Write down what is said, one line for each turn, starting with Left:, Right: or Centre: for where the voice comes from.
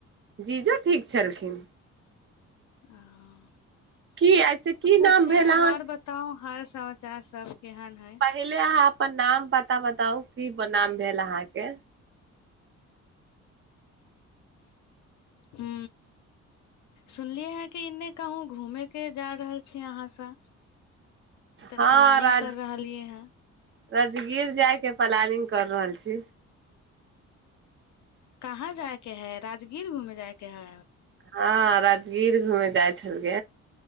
Right: जी जो ठीक छलखिन
Left: आ
Right: की ऐसे की
Left: पूछे
Right: नाम भेल
Left: आओर बताउ हाल समझ चा सब केहन है
Right: पहिल ह अपन नाम पता बताउ की नाम भेल अहाँके
Left: ह सुनलियै हे कि एने कहूँ घूमे के जा रहल छी अहाँसँ तऽ
Right: हँ
Left: प्लानिंग
Right: राज
Left: कर रहलियै हं
Right: राजगीर जाइके प्लानिंग कर रहल छी
Left: कहाँ जायके है राजगीर घूमे जायके है
Right: हँ राजगीर घुमे जाइ छै हेलग